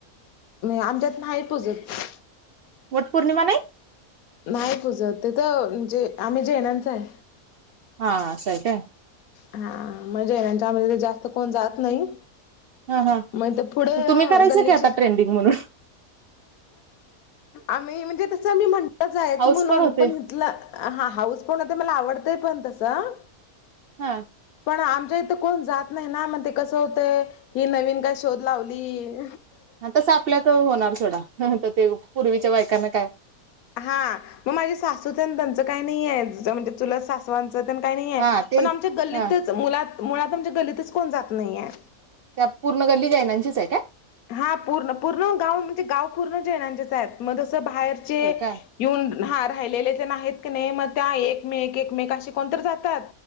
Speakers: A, on the left; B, on the right.
A: आमच्यात नाही पूजत
B: वाट पूर्णिमा नाही
A: नाही पूजत तिथं म्हणजे आम्ही जैनाच हाय
B: हा असं हाय काय
A: हा मग जैनाच्या मध्ये जास्त कोण जात नाही
B: हा हा
A: मग ते पुढ
B: तुम्ही करायचं
A: गल्लीतलीच
B: की आता ट्रेंडिंग म्हणून
A: आम्ही म्हणजे मी म्हटलं जायच
B: हाऊस
A: म्हणून
B: होते
A: पण इथलं हा हाऊस पण होते पण मला आवडतय पण तसं
B: हा
A: पण आमच्या इथं कोण जात नाही ना मण ते कसं होतंय ही नवीन काय शोध लावली
B: तसं आपल्याच होणार थोडा ते पूर्वीच्या बायकांना काय
A: हा मग माझे सासूच त्यांचं काही नाही आहे त म्हणजे चुलत सासू काही नाही आहे
B: हा ते
A: पण आमच्या गल्लीतच
B: हा
A: मुला मुळात आमच्या गल्लीतच कोण जात नाहीय
B: त्या पूर्ण गल्ली जैनाचीच आहे काय
A: हा पूर्ण पूर्ण गाव म्हणजे गाव पूर्ण जैनांचेच आहेत मग जसं बाहेरचे
B: होय काय
A: येऊन हा राहिलेले ते आहेत कणी मग त्या एकमेक एकमेक असे कोणत जातात